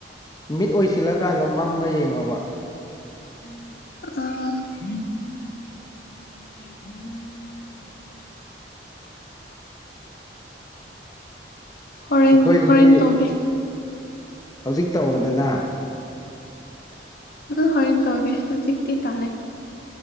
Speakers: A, on the left (about 20°); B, on the left (about 55°).
A: ꯃꯤꯠ ꯑꯣꯏꯁꯤꯜꯂꯀꯥꯟꯗ ꯃꯃ ꯌꯦꯡꯕ
B: ꯑ ꯎꯝ ꯎꯝ ꯍꯣꯔꯦꯟ
A: ꯑꯩꯈꯣꯏꯗꯗꯤ
B: ꯍꯣꯔꯦꯟꯦꯟ ꯇꯧꯒꯦ
A: ꯍꯧꯖꯤꯛ ꯇꯧꯗꯅ
B: ꯑ ꯍꯣꯏꯦꯟ ꯇꯧꯒꯦ ꯍꯧꯖꯤꯛꯇꯤ ꯇꯥꯂꯦ